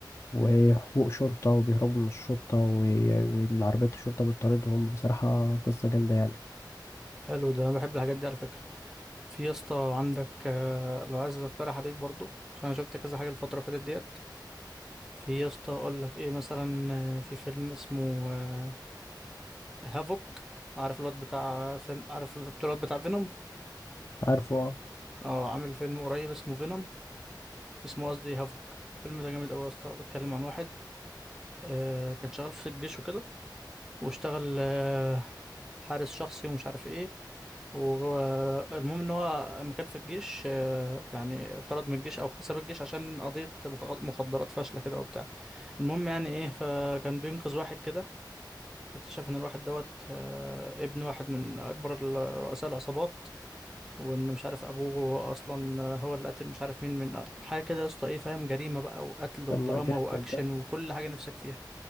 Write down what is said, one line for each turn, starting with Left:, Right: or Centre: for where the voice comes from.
Left: وحقوق شرطة وبيهربوا من الشرطة و... والعربية الشرطة بتطاردهم بصراحة قصة جامدة يعني
Centre: حلو ده أنا بحب الحاجات دي على فكرة في يا اسطى عندك آه لو عايز اقترح عليك برضو عشان انا شفت كذا حاجة الفترة اللي فاتت ديت في يا اسطى اقول لك ايه مثلا آه، في فيلم اسمه آه هافوك عارف الواد بتاع فيلم عارف الواد بتاع فينوم
Left: عارفه اه
Centre: اه عامل فيلم قريب اسمه فينوم اسمه قصدي هافوك الفيلم ده جامد قوي يا اسطى بيتكلم عن واحد آه كان شغال في الجيش وكده واشتغل آه حارس شخصي ومش عارف ايه وهو- المهم ان هو لما كان في الجيش آه، يعني اتطرد من الجيش او ساب الجيش عشان قضية مخ- مخدرات فاشلة كده وبتاع المهم يعني ايه فكان بينقذ واحد كده واكتشف ان الواحد دوت آه، ابن واحد من اكبر ال- رؤساء العصابات وان مش عارف ابوه اصلا هو اللي قتل مش عارف مين من حاجه كده يا اسطى ايه فاهم جريمه بقى وقتل ودراما
Left: لما جامد
Centre: واكشن
Left: ده
Centre: وكل حاجه نفسك فيها